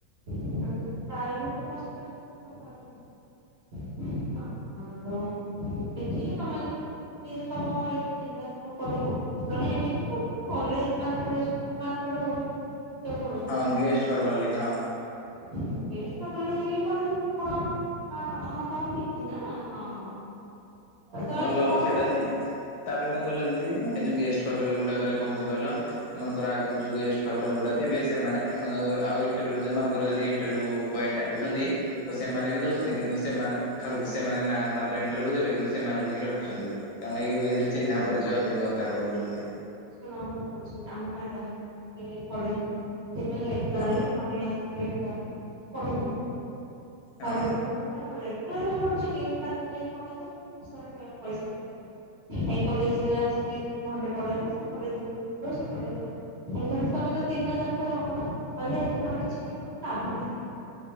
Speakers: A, on the right; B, on the left.
A: ଯଦି ପ୍ରାଇଭେଟରେ କରିଥିବ ଆ ଦେଖିକି ତମେ ଯଦି ତମ ଇଏରେ ଚିହ୍ନା ଥିବ କରିବା ନହେଲେ ଏମିତି କଲେଜ ମାନଙ୍କରେ ସ୍କୁଲ ମାନଙ୍କରେ ଟିଚର ପଢଉଛନ୍ତି
B: ହଁ ଗେଷ୍ଟ ଫାକଲ୍ଟି ହଁ।
A: ଗେଷ୍ଟ ଫାକଲ୍ଟି ହେଇଗଲେ ପଢେଇବାକୁ ତମେ କଣ ହଁ ତମର ପିଜି ନା ହଁ ହଁ। ତମେ
B: ଭଲ ହବ
A: ପଢ
B: ସେଇଟା ଯେ ତାପରେ କଣ କହିଲ ଦି ଦି ମାନେ ଯଉ ଗେସ ଫାକଲ୍ଟି ଗୁଡାକରେ କଣ ହେଇଚି କହିଲ ମନକର ଆଗରୁ ଯଉ ଗେଷ୍ଟ ଫାକଲ୍ଟି ଗୁଡା ଥିବେ ସେମାନେ ଏମାନେ ଆଉ ଇଣ୍ଟରଭିୟୁ ମନେକର ଯ ଯଦି ଇଣ୍ଟରଭିୟୁ ପାଇଁ ଡାକୁଛନ୍ତି ତ ସେମାନେ ବି ଦଉଛନ୍ତି କିନ୍ତୁ ସେମାନେ ଖାଲି ଟା ସେମାନେ ନା କୁ ମାତ୍ର ଇଣ୍ଟରଭିୟୁ ଦେବେ କିନ୍ତୁ ଇଁ ରଖୁଛନ୍ତି କାର ନାଇ ବି ଏଇଥିରେ ଚିହ୍ନା ପରିଚୟ ଅଧିକତା କରିଦଉଛନ୍ତି।
A: ଶୁଣ ମୁଁ କହୁଚି ଆମ ମ୍ୟାଡାମ କଲେଜର <unintelligible>
B: ହଁ
A: ମାନେ ଆସିକି ଏଠି ଗଲି। ପଢେଇ ଦେଇଚି।
B: ହଁ
A: ସା। <unintelligible> ମିଳୁଚି <inaudible> ସାରା ପଇସା ମିଳିବ କଲେରେ ଆସି ଦ ଘଣ୍ଟେ ପଢେଇବ। କଲେଜ ରେ ପଢ଼ିବ ସେଇ କଲେଜ ରେତମେ ତ ଦିନ ଯାକ ରହିବ ନା କହିଲେ ତମ ମାନ କିଛି ଲାଭ ନାହିଁ